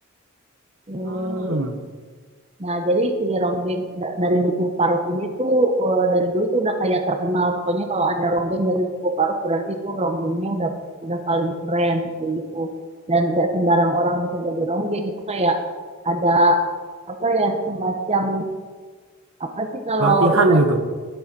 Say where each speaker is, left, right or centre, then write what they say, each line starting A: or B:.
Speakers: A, on the right (about 30°); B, on the right (about 75°).
A: Eh,
B: Hmm,
A: Nah, jadi si Ronggeng da- dari Dukuh Paruk ini tuh eh, dari dulu tuh udah kayak terkenal. Pokoknya kalau ada Ronggeng dari Dukuh Paruk berarti itu Ronggengnya udah udah paling keren kayak gitu. Dan nggak sembarang orang bisa jadi Ronggeng itu kayak ada apa ya semacam apa sih kalau
B: latihan
A: itu
B: gitu.